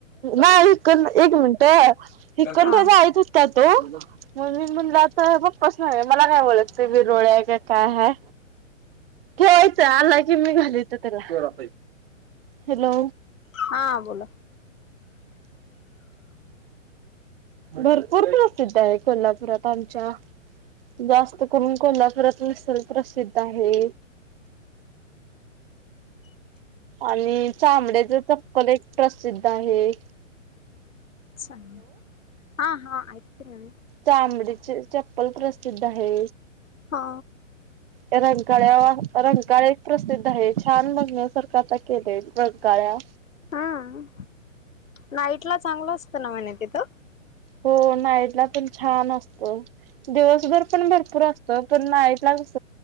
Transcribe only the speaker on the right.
नाही एक मिनिट हे कंठ्याचा
आहेतच का तो मीणला तर बप्पस नाही मला नाही बोलतते ब रोळ आहे का काय ह ठेवायचं आला की मी घालायचं त्याला हॅलो
भरपूर प्रसिद्ध आहे कोल्हापुरात आमच्या जास्त करून कोल्हापुरात मी सल प्रसिद्ध आहे आणि चांमड्याच चप्पल एक प्रसिद्ध आहे
चमडीचे चप्पल प्रसिद्ध आहे
रंगगळ्या रंगळे प्रसिद्ध आहे छान बघण्या सरकारचा केले रंगगळ्या
हो नाईटला पण छान असत दिवसभर पण भरपूर असत पण नाईट लागस